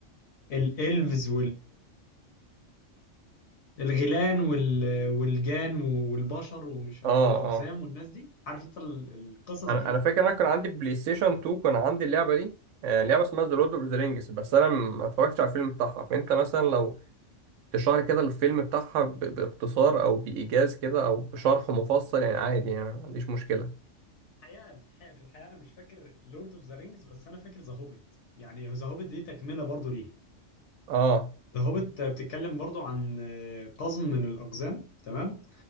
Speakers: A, on the left; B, on the right.
A: الإلفز الغيلان وال... والجان والبشر ومش والاقزام
B: اه
A: والناس دي عارف انت ال- القصص
B: انا
A: دي
B: انا فاكر إن انا كان عندي بلاي ستيشن 2 كان عندي اللعبه دي آه، لعبه اسمها ذا لورد اوف ذا رينجز بس انا ما اتفرجتش على الفيلم بتاعها فانت مثلا لو تشرح لي كده الفيلم بتاعها ب- باختصار او بايجاز كده او بشرح مفصل يعني عادي يعني ما عنديش مشكله
A: الحقيقه الحقيقه في الحقيقه انا مش فاكر لورد اوف ذا رينجز بس انا فاكر ذا هوبيت يعني ذا هوبيت دي تكمله برضو ليها
B: اه
A: ذا هوبيت بتتكلم برضو عن آه، قزم من الاقزام تمام